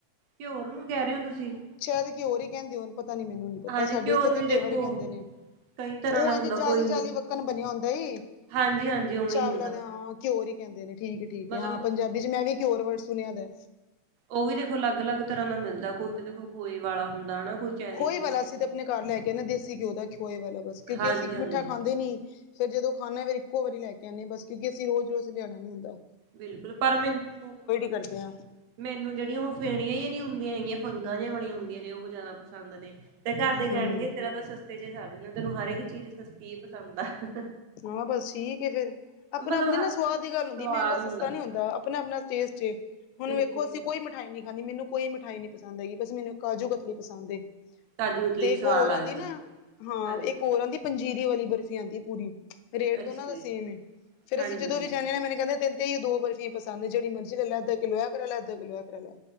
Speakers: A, on the right; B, on the left.
A: ਘਿਓਰ ਨੂੰ ਕੈ ਰਏ ਓ ਤੁਸੀਂ?
B: ਸ਼ੈਦ ਕਿਓਰ ਈ ਕੈਂਦੇ ਹੋਣ ਪਤਾ ਨੀ ਮੈਨੂੰ ਨੀ ਪਤਾ,
A: ਹਾਂਜੀ
B: ਸਾਡੇ
A: ਘਿਓਰ
B: ਇੱਥੇ ਤੇ
A: ਵੀ
B: ਕਿ
A: ਦੇਖੋ
B: ਕੇਵਰ ਕੈਦੇ ਨੇ।
A: ਕਈ ਤਰ੍ਹਾਂ
B: ਓ
A: ਦਾ
B: ਇੰਜ
A: ਹੁੰਦਾ
B: ਜਾਲੀ-ਜਾਲੀ
A: ਕੋਈ
B: ਵੱਕਣ ਬਣਿਆਂ ਹੁੰਦਾਂ ਈ।
A: ਹਾਂਜੀ ਹਾਂਜੀ ਉਵੇਂ
B: ਚਾਵਲਾਂ
A: ਹੀ ਹੁੰਦਾ
B: ਦੇ ਹਾਂ ਘਿਓਰ ਈ ਕੈਂਦੇ ਨੇਂ ਹਾਂ ਠੀਕ ਐ-ਠੀਕ
A: ਮਤਲਬ
B: ਐ ਹਾਂ ਪੰਜ਼ਾਬੀ ਚ ਮੈਂ ਵੀ ਘਿਓਰ ਵਰਡ। ਸੁੁਣਿਆਂ ਦਾ ਐਂ।
A: ਓ ਵੀ ਦੇਖੋਂ ਅਲੱਗ-ਅਲੱਗ ਤਰਾ ਦਾ ਮਿਲ਼ਦਾ, ਕੋਈ ਤੇ ਦੇਖੋਂ ਖੋਏ ਵਾਲਾਂ ਹੁੰਦਾਂ ਹਨਾ। ਕੋਈ ਚੈਰੀ
B: ਖੋਏ
A: ਜੀ
B: ਵਾਲਾਂ
A: ਵਾਲਾ
B: ਅਸੀਂ
A: ਹੁੰਦਾ
B: ਤੇ ਆਪਣੇਂ ਘਰ ਲ਼ੈ ਕੇ ਆਂਦੇ ਦੇਸੀ ਘਿਓ ਦਾ ਖੋਏ ਵਾਲਾਂ ਬਸ ਕਿਉਂਕਿ
A: ਹਾਂਜੀ-ਹਾਂਜੀ
B: ਅਸੀਂ ਇੱਕ ਮਿੱਠਾ ਖਾਂਦੇ ਨੀਂ। ਫ਼ਿਰ ਜਦੋਂ ਖਾਣੈ ਆ ਫੇਰ ਇੱਕੋਂ ਵਾਰੀਂ ਲੈ ਕੇ ਆਂਨੇ ਬਸ ਕਿਉਂਕਿ ਅਸੀਂ ਰੋਜ਼-ਰੋਜ਼ ਲਿਆਣਾ ਨੀਂ ਹੁੰਦਾਂ।
A: ਬਿਲਕੁੱਲ ਪਰ ਮੈਂਨੂੰ-ਮੈਂਨੂੰ
B: ਕਰਦੇ ਹਾਂ
A: ਜੇੜੀਆਂ ਓ ਫੈਣੀਆਂ ਜੀਆ ਨੀਂ ਹੁੰਦੀਆਂ ਹੈਗੀਆਂ ਫੰਗਾਂ ਜਿਆਂ ਵਾਲੀਆਂ ਹੁੰਦੀਆਂ ਨੇਂ, ਓ ਜ਼ਿਆਦਾ ਪਸੰਦ ਨੇ ਤੇ ਘਰ ਦੇ ਕੈਣਗੇ
B: ਹਮ
A: ਤੇਰਾਂ। ਤੇਰਾਂ ਸਸਤੇ ਚ' ਸਰ ਜਾਂਦਾਂ, ਤੈਂਨੂੰ ਹਰ ਇੱਕ ਚੀਜ਼ ਸਸਤੀ ਏ ਪਸੰਦ ਹੈਂ।
B: ਹਾਂ ਬਸ ਠੀਕ ਹੈਂ ਫ਼ਿਰ, ਆਪਣਾਂ
A: ਮਤਲਬ
B: ਆਪਣੇਂ
A: ਹ
B: ਨਾ ਸਵਾਦ ਦੀ ਗੱਲ਼
A: ਸਵਾਦ
B: ਹੁੰਦੀਂ ਮਹਿੰਗਾ ਸਸ
A: ਹੁੰਦਾ
B: ਹੁੰਦਾਂ, ਆਪਣਾਂ -ਆਪਣਾਂ ਟੇਸਟ ਏਂ, ਹੁਣ
A: ਬਿਲਕੁਲ-ਬਿਲਕੁਲ
B: ਵੇਖੋ ਅਸੀਂ ਕੋਈ ਮਿਠਾਈ ਨੀਂ ਖਾਂਨੀ ਮੈਂਨੂੰ ਕੋਈ ਮਿਠਾਈ ਨੀਂ ਪਸੰਦ ਹੈਗੀ, ਬਸ ਮੈਂਨੂੰ ਕਾਜੂ ਕਤਲੀ ਪਸੰਦ ਏਂ।
A: ਕਾਜੂ ਕਤਲੀ
B: ਤੇ ਇੱਕ
A: ਸਵਾਦ
B: ਹੋਰ
A: ਲੱਗਦੀ
B: ਆਂਦੀ ਨਾ
A: ਹੈ
B: ਹਾਂ,
A: ਹਾਂਜੀ
B: ਇੱਕ ਹੋਰ ਆਂਦੀ ਪੰਜੀਰੀ ਵਾਲ਼ੀ ਬਰਫ਼ੀ ਆਂਦੀ ਹੈਂ ਪੂਰੀ, ਰੇਟ
A: ਅੱਛਾ
B: ਦੋਨਾਂ ਦਾ
A: ਜੀ
B: ਸੇਮ ਏਂ, ਫ਼ਿਰ
A: ਹਾਂਜੀ-ਹਾਂਜੀ
B: ਅਸੀਂ ਜਦੋਂ ਵੀ ਜਾਂਨੇ ਆ ਮੈਂਨੂੰ ਕਹਿੰਦੇ ਤੈਨੂੰ ਤੇ ਏਹੀਓ ਦੋ ਬਰਫ਼ੀ ਪਸੰਦ ਹੈਂ, ਜਿਹੜੀ ਮਰੀਜ਼ ਲ਼ੈ ਲਾ ਅੱਧਾ ਕਿੱਲੋ ਐਂ ਕਰਾਲਾ, ਅੱਧਾ ਕਿੱਲੋ ਕਰਾਂ ਲ਼ੈ।